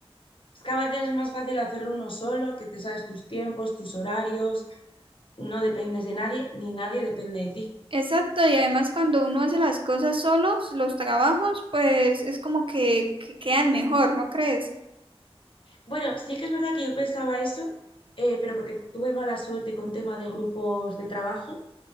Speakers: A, on the left (about 55°); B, on the right (about 55°).
A: Es que a veces es más fácil hacerlo uno solo, que te sabes tus tiempos, tus horarios, no dependes de nadie, ni nadie depende de ti.
B: Exacto, y además cuando uno hace las cosas solos, los trabajos, pues es como que, que quedan mejor, ¿no crees?
A: Bueno, sí que es verdad que yo pensaba eso, eh, pero porque tuve mala suerte con tema de grupos de trabajo,